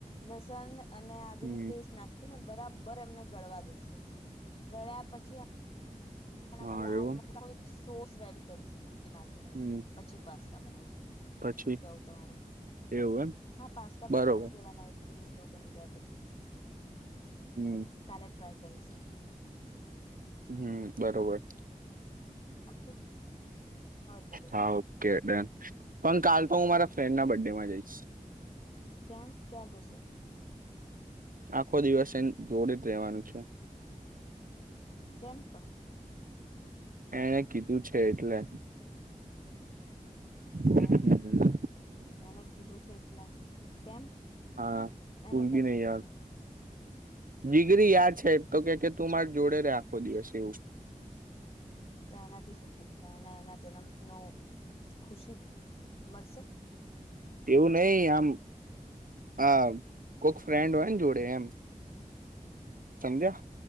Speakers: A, on the left; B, on the right.
A: લસણ અને આદુ
B: હમ
A: ની પેસ્ટ નાખી ને બરાબર એમને ગળવા દઈશું ગળ્યા પછી એનામાં
B: હા
A: લાલ
B: એવું
A: મ એક સોસ રેડી કરીશું દૂધ નાખીને
B: હમ
A: પછી પાસ્તા બનાવીશું
B: પછી
A: શું કેવું તમારું
B: એવું એમ
A: હા પાસ્તા પ
B: બરોબર
A: હેલાય દેવાના એક ક્રીમ જેવ બની જાય પછી
B: <inaudible>
A: કાલે ટ્રાય કરીશું
B: હમ બરોબર
A: ઓકે બોલો
B: હા ઓકે ડન પણ કાલ પણ હું મારા
A: હમ
B: ફ્રેન્ડ ના બર્ડે માં જઈશ
A: કેમ ક્યાં જશો
B: આખો દિવસ એ જોડી જ રહેવાનું છે.
A: કેમ્પ
B: એણે કીધું છે, એટલે હમ
A: ઓ એને કીધું છે, એટલે કેમ
B: હા કોઈ
A: એને કેમ
B: બી નહીં
A: કીધું
B: યાર
A: છે
B: ડિગ્રી યાદ છે, એ તો કે કે તું મારે જોડે રે આખો દિવસ એવું
A: તો એનાથી શું થશે એને એના જન્મ ન ખુશી મળશે
B: એવું નહી આમ હ કોક ફ્રેન્ડ હોય ને જોડે એમ સંધ્યા